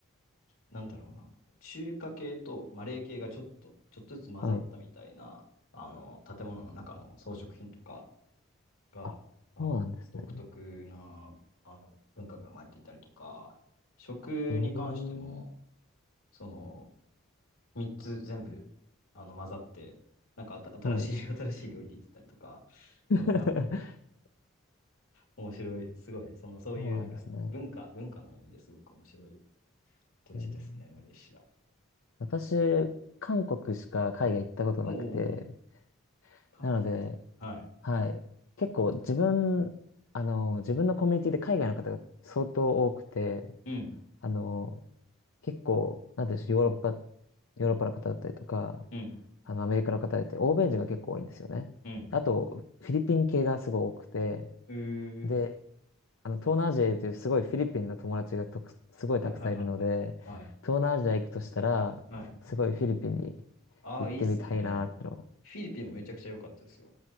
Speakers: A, on the left; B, on the left.
A: なんだろうな、中華系とマレー系がちょっと、ちょっとずつ混ざったみたいな、
B: はい。
A: あの、建物の中の装飾品とかが、
B: あ、
A: あの、
B: そうなんですね。
A: 独特な、あの、文化が生まれていたりとか、食に関しても、
B: ええ
A: その、3つ全部、あの、混ざって、なんかあた新しい、
B: はい。
A: <laughs> 新しい料理できてたりとか、
B: <laughs>
A: のが、面白い、すごい、その、そういう、
B: そうなんですね。
A: なんかな、文化、文化の意味ですごく面白い土地ですね、
B: ええ
A: マレーシア。
B: 私、韓国しか海外行ったことなくて、
A: おお、韓国ですね。
B: なので、
A: はい。
B: はい。結構自分、あの、自分のコミュニティで海外の方が相当多くて、
A: うん、
B: あの、結構、なんていうんでしょう、ヨーロッパ、ヨーロッパの方だったりとか、
A: うん、
B: あの、アメリカの方だって、欧米人が結構多いんですよね。
A: うん。
B: あと、フィリピン系がすごい多くて、
A: へえ。
B: で、あの、東南アジアというすごいフィリピンの友達がとくすごいたくさんいるので、
A: はいはいはいはいはい。はい。
B: 東南アジア行くとしたら、
A: はい。
B: すごいフィリピンに
A: ああ、
B: 行ってみたいなってのは。
A: いいっすね。フィリピンもめちゃくちゃ良かったですよ。